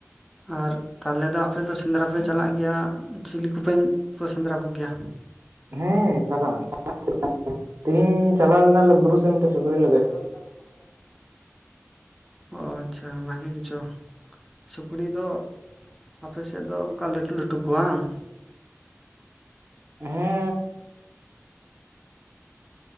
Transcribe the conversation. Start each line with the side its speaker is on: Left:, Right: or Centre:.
Centre: ᱟᱨ ᱛᱟᱦᱚᱞᱮ ᱫᱚ ᱟᱯᱮ ᱫᱚ ᱥᱮᱸᱫᱽᱨᱟᱯᱮ ᱪᱟᱞᱟᱜ ᱜᱤᱭᱟ ᱪᱤᱞᱤ ᱠᱚᱯᱮ ᱥᱮᱸᱫᱽᱨᱟ ᱠᱚᱜᱮᱭᱟ?
Right: ᱦᱮᱸ ᱪᱟᱞᱟᱜ <inaudible> ᱛᱮᱦᱤᱧ ᱪᱟᱞᱟᱣ ᱞᱮᱱᱟᱞᱮ ᱵᱩᱨᱩ ᱥᱮᱱᱛᱮ ᱥᱩᱠᱨᱤ ᱞᱮ ᱜᱚᱡ ᱟᱜᱩ
Centre: <unintelligible> ᱚ ᱟᱪᱷᱟ ᱵᱷᱟᱜᱤ ᱜᱮᱤᱪᱚ ᱥᱩᱠᱨᱤ ᱫᱚ ᱟᱯᱮ ᱥᱮᱫ ᱫᱚ ᱚᱱᱠᱟ ᱞᱟᱹᱴᱩ ᱞᱟᱹᱴᱩ ᱠᱚ ᱵᱟᱝ?
Right: ᱚᱸᱦᱚᱸᱜ